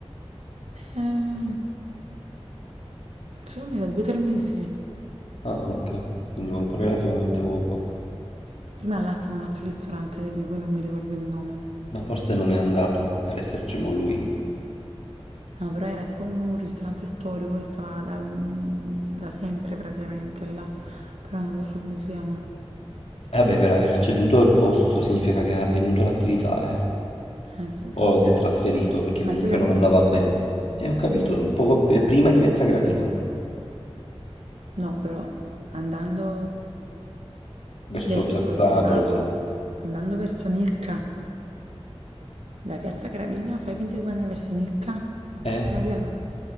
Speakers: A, on the right; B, on the left.
A: Eh, secondo me da due o tre mesi.
B: Ah, ok. Quindi manco relativamente poco.
A: Prima là stava un altro ristorante di cui non mi ricordo il nome.
B: Ma forse non è andato per esserci mo lui.
A: No, però era tipo un, un ristorante storico che stava da, mm, da sempre praticamente là, però non lo so come si chiama.
B: E vabbè, per aver ceduto il posto significa che ha venduto l'attività, eh.
A: Eh sì, infatti.
B: O si è trasferito perché comunque
A: Ma tu hai capito
B: non andava
A: dove sta?
B: bene. E ho capito, un poco pe- prima di Piazza Gravina,
A: No, però andando
B: verso
A: verso
B: Piazza
A: il semaforo,
B: Poli.
A: andando verso Nicca, da Piazza Gravina, fai finta di andare verso Nicca,
B: Eh?
A: quella via là,